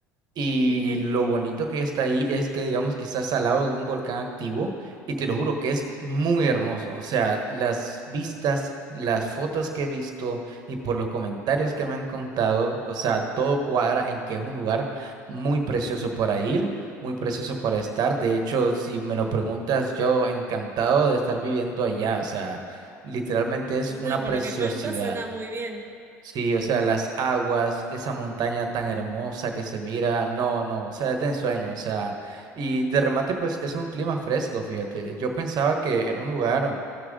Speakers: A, on the right; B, on the right.
A: Y
B: Ujú.
A: lo bonito que está ahí es que digamos que estás al lado de un volcán activo y te lo juro que es muy hermoso. O sea, las vistas, las fotos que he visto y por los comentarios que me han contado, o sea, todo cuadra en que es un lugar muy precioso para ir, muy precioso para estar. De hecho, si me lo preguntas, yo encantado de estar viviendo allá. O sea, literalmente es
B: No,
A: una preciosidad.
B: por lo que cuentas suena muy bien.
A: Sí, o sea, las aguas, esa montaña tan hermosa que se mira, no, no, o sea, es de ensueño, o sea, y de remate, pues es un clima fresco, fíjate. Yo pensaba que era un lugar,